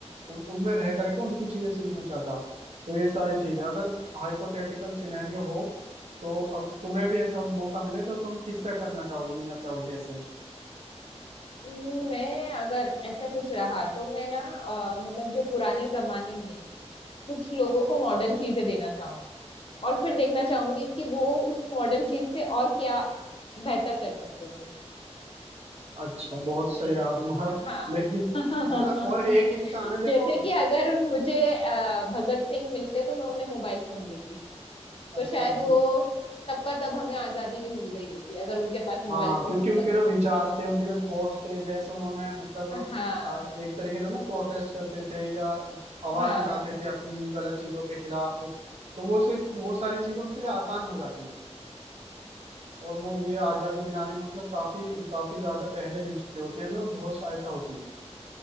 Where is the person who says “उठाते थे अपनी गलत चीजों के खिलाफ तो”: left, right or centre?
Right